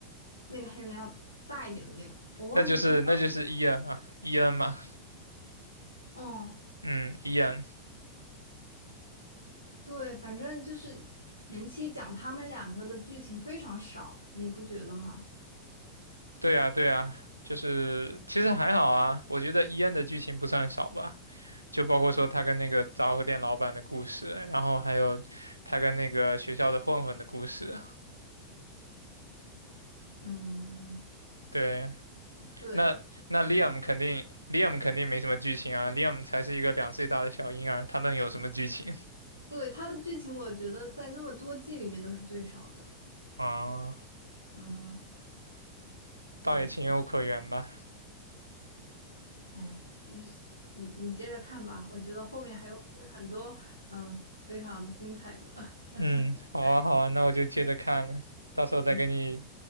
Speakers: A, on the left; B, on the right.
A: 那个黑人要大一点的那个，我忘记他叫，
B: 那就是那就是伊恩啊，伊恩嘛，
A: 嗯，
B: 嗯，伊恩。
A: 对，反正就是前期讲他们两个的剧情非常少，你不觉得吗？
B: 对呀，对呀，就是其实还好啊，我觉得伊恩的剧情不算少吧，就包括说他跟那个杂货店老板的故事，然后还有他跟那个学校的混混的故事。
A: 嗯
B: 对，
A: 对，
B: 那那 Liam 肯定 Liam 肯定没什么剧情啊，Liam 才是一个两岁大的小婴儿，他能有什么剧情
A: 对，他的剧情我觉得在那么多季里面都是最少的，
B: <laughs> 啊？
A: 嗯，
B: 倒也情有可原吧。
A: 没错。哎，就是你你接着看吧，我觉得后面还有很多嗯非常精彩的，<laughs>
B: 嗯，好啊，好啊，那我就接着看了，到时候再跟你
A: 嗯，